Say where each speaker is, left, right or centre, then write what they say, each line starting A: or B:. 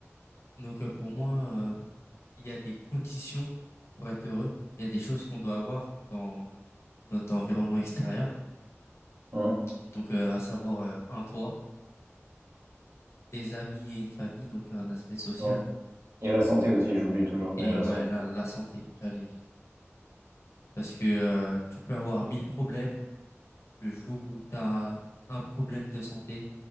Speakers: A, on the left; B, on the right.
A: Donc euh, pour moi, euh, il y a des conditions pour être heureux. Il y a des choses qu'on doit avoir dans notre environnement extérieur.
B: Hum,
A: Donc euh, à savoir euh, un toit, des amis et une famille, donc un aspect social.
B: hum. Et la santé aussi, j'oublie toujours,
A: Et
B: mais la
A: ouais,
B: santé.
A: la, la santé, j'allais y venir. Parce que euh, tu peux avoir mille problèmes. Le jour où tu as un problème de santé,